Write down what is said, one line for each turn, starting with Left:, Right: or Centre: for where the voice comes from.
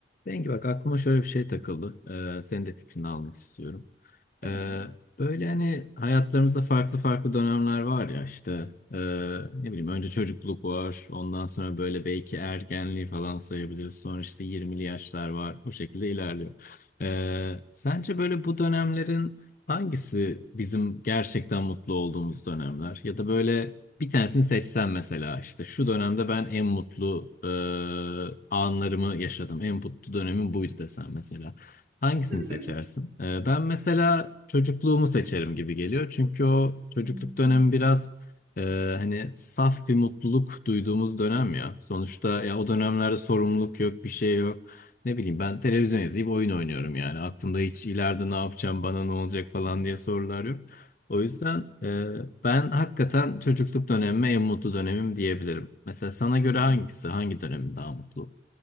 Left: Bengi bak aklıma şöyle bir şey takıldı. Ee, senin de fikrini almak istiyorum.
Right: Tamam.
Left: Ee, böyle hani hayatlarımızda farklı farklı dönemler var ya işte ee, ne bileyim önce çocukluk var ondan sonra böyle belki ergenliği falan sayabiliriz sonra işte yirmili yaşlar var bu şekilde ilerliyor. Ee, sence böyle bu dönemlerin hangisi bizim gerçekten mutlu olduğumuz dönemler ya da böyle bir tanesini seçsen mesela işte şu dönemde ben en mutlu ee, anlarımı yaşadım en mutlu dönemim buydu desen mesela. Hangisini
Right: <laughs>
Left: seçersin? Ee, ben mesela çocukluğumu seçerim gibi geliyor. Çünkü o çocukluk
Right: Yani,
Left: dönemi
Right: hı hı,
Left: biraz e, hani saf bir mutluluk duyduğumuz dönem ya. Sonuçta ya o dönemlerde sorumluluk yok, bir şey yok. Ne bileyim ben televizyon izleyip oyun oynuyorum yani. Aklımda hiç ileride ne yapacağım, bana ne olacak falan diye sorular yok. O yüzden e, ben hakikaten çocukluk dönemime en mutlu dönemim diyebilirim. Mesela sana göre
Right: hı hı.
Left: hangisi, hangi dönemin daha mutlu?